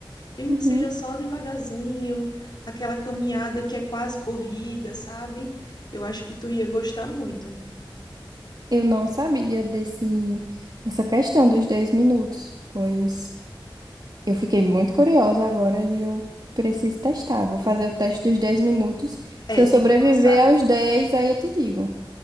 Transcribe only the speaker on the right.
Uhum.
Eu não sabia desse, dessa questão dos 10 minutos, pois eu fiquei muito curiosa agora e eu preciso testar. Vou fazer o teste dos 10 minutos.
Se eu
sobreviver
aos dez aí eu te digo.